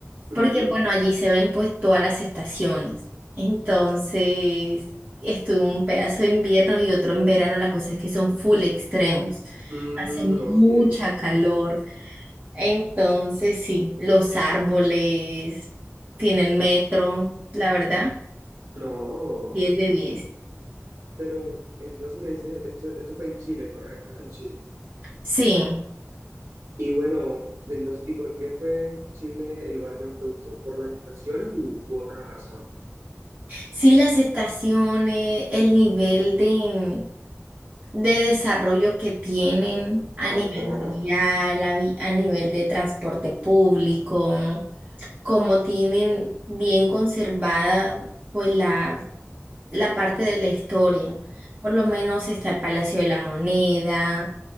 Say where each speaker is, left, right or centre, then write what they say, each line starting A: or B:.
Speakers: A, on the right (about 70°); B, on the right (about 40°).
A: ujú.
B: porque bueno, allí se ven pues todas las estaciones. Entonces, estuve un pedazo de invierno y otro en verano, la cosa es que son full extremos.
A: Mm,
B: Hace mucha
A: ok,
B: calor. Entonces, sí, los árboles tienen metro, la verdad,
A: no.
B: diez de diez,
A: Pero entonces me dice, esto, esto fue en Chile, ¿correcto? En Chile.
B: Sí.
A: Y bueno, entonces, ¿y por qué fue Chile el lugar que más te gustó? ¿Por las estaciones u, u otra razón?
B: Sí, las estaciones, el nivel de, de desarrollo que tienen a
A: Ajá.
B: nivel vial, a, vi- a nivel de transporte público, como tienen bien conservada pues la, la parte de la historia. Por lo menos está el Palacio de la Moneda,